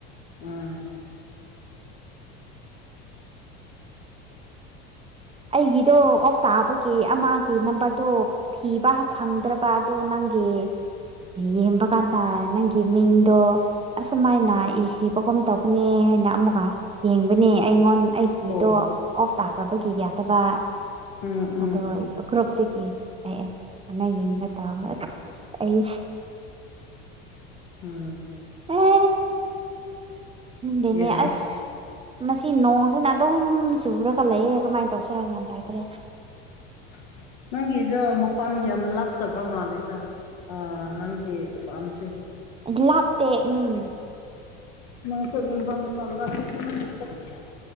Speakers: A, on the left; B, on the right.
A: ꯎꯝ
B: ꯑꯩꯒꯤꯗꯣ ꯑꯣꯐ ꯇꯥꯕꯒꯤ ꯑꯃꯒꯤ ꯅꯝꯕꯔꯗꯣ ꯊꯤꯕ ꯐꯪꯗ꯭ꯔꯕ ꯑꯗꯨ ꯅꯪ ꯦ ꯌꯦꯡꯕ ꯀꯥꯟꯗ ꯅꯪꯒꯤ ꯃꯤꯡꯗꯣ ꯑꯁꯨꯃꯥꯏꯅ ꯏꯈꯤꯕꯒꯨꯝ ꯇꯧꯕꯅꯦ ꯣꯏꯅ ꯑꯃꯨꯛꯀ ꯌꯦꯡꯕꯅꯦ ꯑꯩꯉꯣꯟ ꯑꯩꯒꯤꯗꯣ
A: ꯑꯣ
B: ꯑꯣꯐ ꯇꯥꯈ꯭ꯔꯕꯒꯤ ꯌꯥꯗꯕ
A: ꯎꯝ ꯎꯝ
B: ꯑꯗꯣ
A: ꯎꯝ
B: ꯒ꯭ꯔꯨꯞꯨꯞꯇꯨꯒꯤ ꯑꯦ ꯃ ꯌꯦꯡꯒ ꯇꯥꯎ ꯑꯩꯁꯦ
A: ꯎꯝ
B: ꯑꯦ ꯈꯪꯗꯦꯅꯦ
A: ꯌꯥꯏ
B: ꯑꯁ ꯃꯁꯤ ꯅꯣꯡꯁꯤꯅ ꯑꯗꯨꯝ ꯆꯨꯔꯒ ꯂꯩꯌꯦ ꯀꯃꯥꯏꯅ ꯇꯧꯁꯤꯔ ꯒ꯭ꯌꯥꯟ ꯇꯥꯗ꯭ꯔꯦ
A: <inaudible> ꯅꯪꯒꯤꯗꯣ ꯃꯐꯝ ꯌꯥꯝ ꯂꯥꯞꯇꯕ ꯃꯥꯜꯂꯤꯗ ꯅꯪꯒꯤ ꯐꯥꯝꯁꯤ
B: ꯂꯥꯞꯇꯦ ꯎꯝ
A: ꯅꯣꯡ ꯆꯠ ꯅꯤꯡꯕ ꯃ ꯃꯇꯝꯗ ꯍꯦꯛꯇ <unintelligible> ꯆꯠꯄ ꯌꯥꯏ